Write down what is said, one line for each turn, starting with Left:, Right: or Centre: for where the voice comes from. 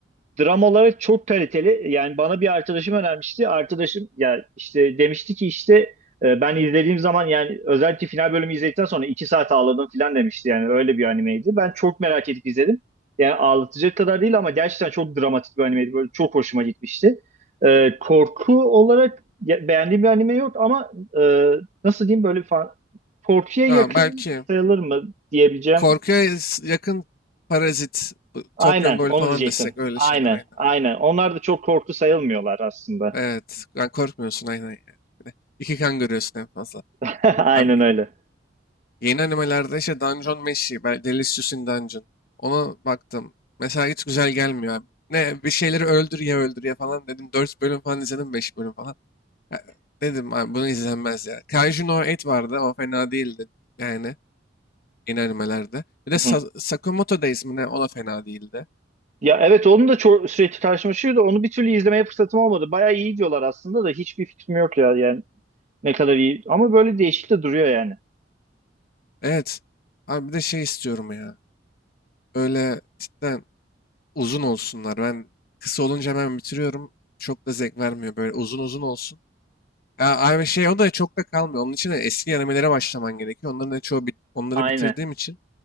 Right: Dram olarak çok kaliteli. Yani bana bir arkadaşım önermişti. Arkadaşım ya işte demişti ki işte e, ben izlediğim zaman yani özellikle final bölümü izledikten sonra iki saat ağladım falan demişti. Yani öyle bir animeydi. Ben çok merak edip izledim. Yani ağlatacak kadar değil ama gerçekten çok dramatik bir animeydi. Böyle çok hoşuma gitmişti. E, korku olarak ya- beğendiğim bir anime yok ama e, nasıl diyeyim böyle fa- korkuya
Left: Ha,
Right: yakın
Left: belki
Right: sayılır mı diyebileceğim
Left: korkuya es- yakın Parazit, bu
Right: Aynen
Left: Tokyo Ghoul
Right: onu
Left: falan
Right: diyecektim.
Left: desek öyle
Right: Aynen
Left: şeyler aynen
Right: aynen.
Left: aynen.
Right: Onlar da çok korktu sayılmıyorlar aslında.
Left: Evet. Yani korkmuyorsun aynen yani. Bir de İki kan görüyorsun en fazla.
Right: <laughs> Aynen
Left: Abi
Right: öyle.
Left: Yeni animelerde işte Dungeon Meshi, ben Delicious in Dungeon. Ona baktım. Mesela hiç güzel gelmiyor abi. Ne bir şeyleri öldür ya öldür ya falan dedim. 4 bölüm falan izledim 5 bölüm falan. Ya, dedim abi bunu izlenmez ya. Kaiju no 8 vardı o fena değildi. Yani yeni animelerde. Bir de
Right: Hı
Left: Sa
Right: hı.
Left: Sakamoto Days mi ne o da fena değildi.
Right: Ya evet onun da çok sürekli karşıma çıkıyordu. Onu bir türlü izlemeye fırsatım olmadı. Bayağı iyi diyorlar aslında da hiçbir fikrim yok ya yani ne kadar iyi. Ama böyle değişik de duruyor yani.
Left: Evet. Abi bir de şey istiyorum ya. Böyle cidden uzun olsunlar. Ben kısa olunca hemen bitiriyorum. Çok da zevk vermiyor. Böyle uzun uzun olsun. Ya, Abi şey o da çok da kalmıyor. Onun için de eski animelere başlaman gerekiyor. Onların da çoğu bit- onları
Right: Aynen.
Left: bitirdiğim için.